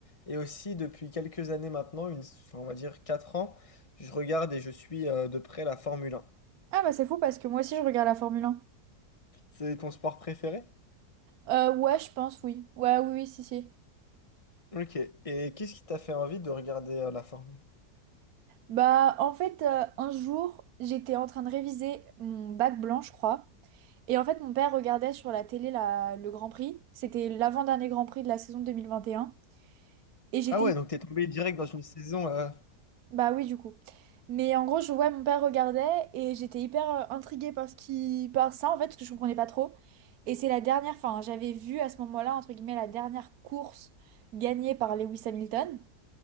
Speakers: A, on the left; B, on the right.
A: Et aussi, depuis quelques années maintenant, une, enfin, on va dire 4 ans, je regarde et je suis euh, de près la Formule 1.
B: Ah bah c'est fou parce que moi aussi, je regarde la Formule 1.
A: C'est ton sport préféré?
B: Euh, ouais, je pense, oui. Ouais, oui, oui, si, si.
A: Ok. Et qu'est-ce qui t'a fait envie de regarder euh, la Formule?
B: Bah, en fait, euh, un jour, j'étais en train de réviser mon bac blanc, je crois. Et en fait, mon père regardait sur la télé la- le Grand Prix. C'était l'avant-dernier Grand Prix de la saison 2021. Et un. Et j'étais
A: Ah ouais, donc t'es tombé direct dans une saison. euh,
B: Bah oui, du coup. Mais en gros, je vois mon père regardait et j'étais hyper euh, intriguée par ce qui... par ça, en fait, parce que je comprenais pas trop. Et c'est la dernière, enfin, j'avais vu à ce moment-là, entre guillemets, la dernière course gagnée par Lewis Hamilton.